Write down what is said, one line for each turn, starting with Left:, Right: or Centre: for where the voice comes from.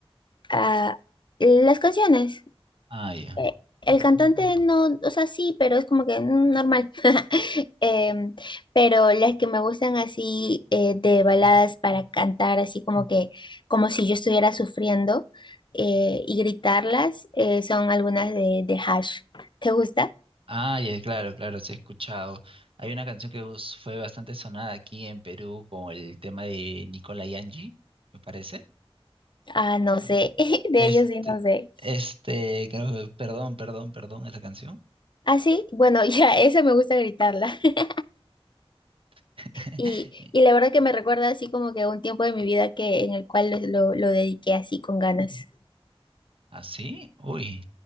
Left: ah, las canciones.
Right: Ah, ya.
Left: eh, el cantante no, o sea, sí, pero es como que mm, normal. <laughs> Em, pero las que me gustan así eh, de baladas para cantar, así como que, como si yo estuviera sufriendo eh, y gritarlas, eh, son algunas de, de Hash. ¿Te gusta?
Right: Ah, ya, claro, claro, sí he escuchado. Hay una canción que us- fue bastante sonada aquí en Perú con el tema de Nicola Angie, me parece.
Left: Ah, no sé, <laughs> de
Right: Este,
Left: ellos sí, no sé.
Right: este, creo que- perdón, perdón, perdón, esa canción.
Left: Ah, sí, bueno, <laughs> ya, esa me gusta gritarla. <laughs>
Right: <laughs>
Left: Y, y la verdad que me recuerda así como que a un tiempo de mi vida que en el cual lo, lo lo dediqué así con ganas.
Right: ¿Así? Uy.